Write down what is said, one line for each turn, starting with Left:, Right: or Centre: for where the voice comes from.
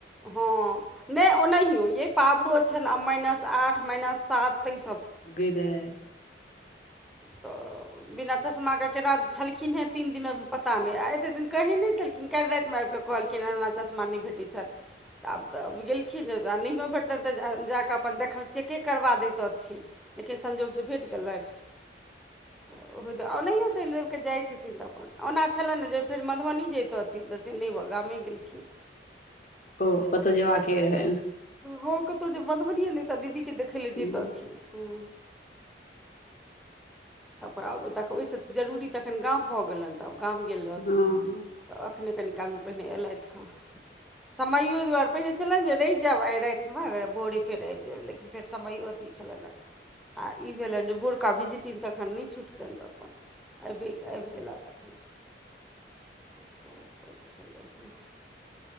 Centre: हँ न‌इ ओनाहियो यै पाबरो छैन आब माइनस आठ माइनस सात तैय स
Left: गे दाय।
Centre: त बिना चश्मा के केना छलखिन हेँ तीन दिनमे पता न‌इ आ एतेक दिन कहै न‌इ छलखिन, काल्हि रातिमे आबिकऽ कहलखिन एना एना चश्मा न‌इ भेटल। ठीक छैन तऽ आब तऽ गेलखिन त नहियो भेटतैन तऽ जाके अपन देखौथिन। चेके करबा देैतथिन लेकिन संजोगसँ भेट गेलैन। तऽ ओ ओनहियो श‌नि रवि के जाइत छथिन तऽ अपन ओना छलैने जे फेर मधुबनी जैतथिन तऽ से नै गामे गेलखिन।
Left: ओ ओतऽ जेबाक रहैन।
Centre: हँ कतहु जे मधुबनीये न‌इ तऽ दीदीके देखय लेल
Left: हँ
Centre: जैतथिन हुं। त पर आब ओ तऽ ओहिसँ जरूरी तखन गाम भऽ गेलनि त आब गाम गेल रहथिन
Left: हूँ
Centre: त एखने कनिकालमे पहिने अयलथि हँ। समैयो दुआरे, पहिने छलनि जे रहि जायब आइ रातिमे भोरे फेर आबि जायब लेकिन फेर समैयो अथि छलैने, आ ई भेलनि जे भोरका विजिटिंग त तखन नै छुटतनि तऽ अपन आबि गेला तखन। सएह सभ छलै हेँ,